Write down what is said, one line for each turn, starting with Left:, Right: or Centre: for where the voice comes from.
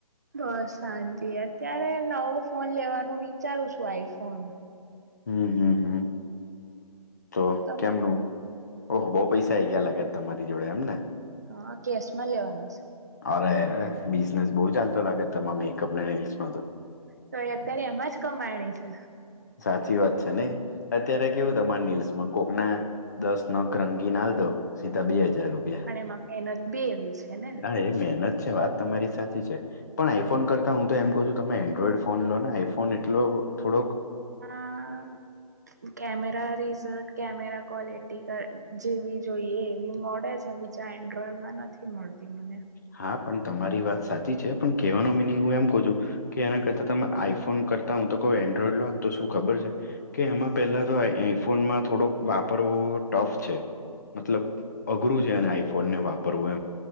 Right: બસ સાંજ અત્યારે નવો ફોન લેવાનો વિચારું છું આઈફોન
Left: હમ હમ હમ... તો
Right: તમા
Left: કેમનું ઓહો બહુ પૈસા આ આવી ગયા લાગત તમારી જોડે એમ ને
Right: હ કેશ માં લેવાનો છે.
Left: અરે બિઝનેસ બહુ ચાલતો લાગે તમા મેકઅપ નેલ્સ નો તો
Right: તો એ અત્યારે એમાં જ કમાયણી છે.
Left: સાચી વાત છે નઈ અત્યારે કેવું તમા લ્સમાં કોકના દસ નગ રંગી નાલ તો સીધા બે હાજાર રૂપિયા
Right: પણ એમાં મહેનત બે એવી છે. ને
Left: હા એ મહેનત છે વાત તમારી સાચી છે. પણ આઈફોન કરતા હું તો એમ કહું છું તમે એન્ડ્રોઈડ ફોન લો ને આઈફોન એટલો થોડોક
Right: હા.... કેમેરા રીઝલ્ટ કેમેરા ક્વોલિટી જેવી જોઈએ એવી મોડેલ છે બીજા એન્ડ્રોઈડમાં નથી. એ મળતી મને
Left: હા પણ તમારી વાત સાચી છે. પણ કે હેવાનો મિનિંગ હું એમ કહું છું. કે એના કરતા તમે આઈફોન કરતા હું તો કવ એન્ડ્રોઇડ લો તો શું ખબર છે. કે એમાં પહેલા તો આ આઈફોનમાં થોડોક વાપરવો ટફ છે. મતલબ અઘરું છે એને આઈફોનને વાપરવું